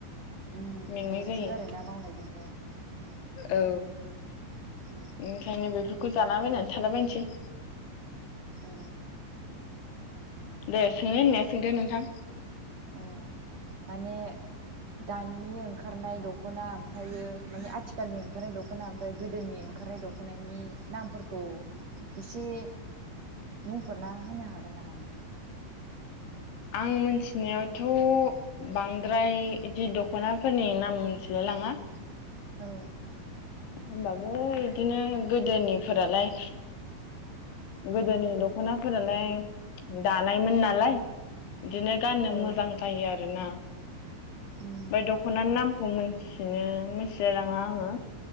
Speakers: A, on the right (about 45°); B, on the left (about 80°).
A: उम
B: मेंनाय
A: मेंसोगारोना
B: जायो।
A: <unintelligible>
B: औ
A: ओं
B: ओंखायनो बेफो खौ जालाबायनानै थालाबायनोसै।
A: औ।
B: दे सोंनो होननाया सोंदो नोंथां।
A: औ माने दानि ओंखारनाय दख'ना ओमफ्रायायो माने आथिखालनि ओंखारनाय दख'ना ओमफ्राय गोदोनि ओंखारनाय दख'नायनि नामफोरखौ एसे बुंफोरना होनो हागोन नामा नोंथाङा?
B: आं मिथिनायावथ' बांद्राय इदि दख'नाफोरनि नाम मिथिला लाङा।
A: औ।
B: होनबाबो इदिनो गोदोनिफोरालाय। गोदोनि दख'नाफोरालाय दानायमोन नालाय। बिदिनो गाननो
A: औ
B: मोजां जायो आरोना
A: उम
B: ओमफ्राय दख'नानि नामखौ मिथिनो मोनथिलायलाङा आङो